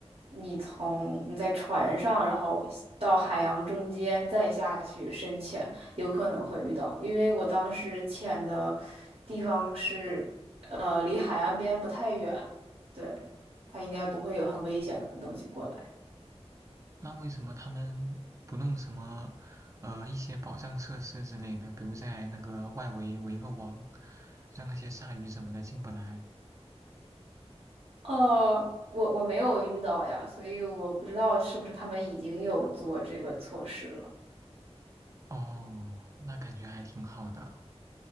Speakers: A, on the right (about 60°); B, on the right (about 30°).
A: 你从你在船上，然后到海洋中间再下去深潜，有可能会遇到。因为我当时潜的地方是，呃，离海岸边不太远，对，它应该不会有很危险的东西过来。
B: 那为什么他们不弄什么，呃，一些保障设施之类的，比如在那个外围围个网，让那些鲨鱼什么的进不来？
A: 呃，我我没有遇到呀，所以我不知道是不是他们已经有做这个措施了。
B: 哦，那感觉还挺好的。